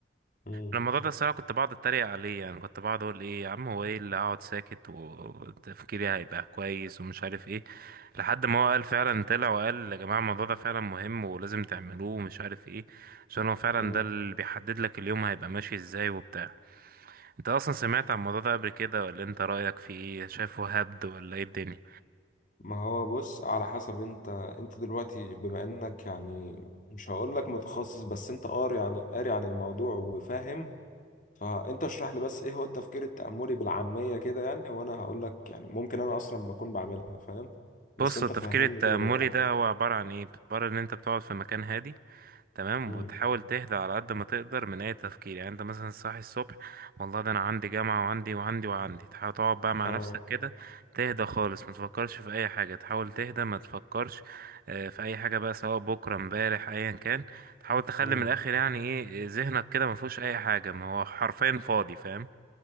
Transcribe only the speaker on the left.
مم.
مم.
ما هو بص على حسب انت انت دلوقتي بما انك يعني مش هقولك متخصص بس انت قاري عن قاري عن الموضوع وفاهم فانت اشرح لي بس ايه هو التفكير التأملي بالعامية كده يعني وانا هقولك يعني ممكن انا اصلا ما اكون بعملها فاهم بس
انت
فهمني
كده بالراحة
مم.
تمام
مم.